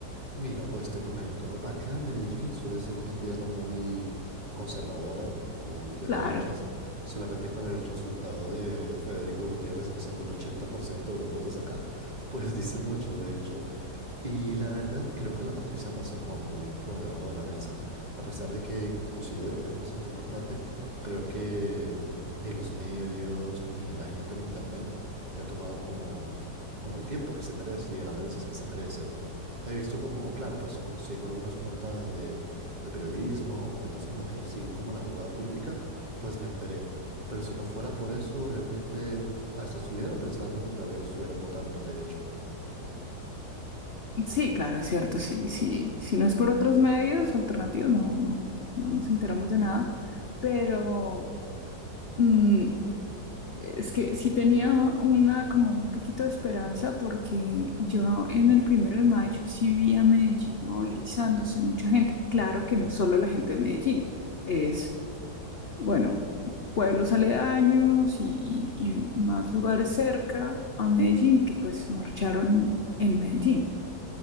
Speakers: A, on the right; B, on the left.
A: Mira, pues te comento. Acá Medellín suele ser una tierra muy conservadora, muy de
B: Claro,
A: derechas. Solamente con el resultado de Federico Gutiérrez, que sacó el 80% de los votos acá, <laughs> pues dice mucho, de hecho. Y la verdad, creo que la noticia pasó como muy por debajo de la mesa. A pesar de que considero que es bastante importante, creo que ni los medios ni la gente en internet le ha tomado como, como el tiempo que se merece y el análisis que se merece. He visto como, claro, pues como sigo algunas cuentas de, de periodismo, cuentas como que siguen como la jugada política, pues me enteré. Pero si no fuera por eso, realmente hasta estuviera pensando que todavía lo estuvieran votando, de hecho.
B: sí, claro, es cierto. Sí, sí. Si no es por otros medios alternativos, no, no, no nos enteramos de nada. Pero mm, es que sí tenía una como un poquito de esperanza porque yo en el primero de mayo sí vi a Medellín movilizándose mucha gente. Claro que no es solo la gente de Medellín, es Bueno, pueblos aledaños y, y- y más lugares cerca a Medellín que pues marcharon en Medellín.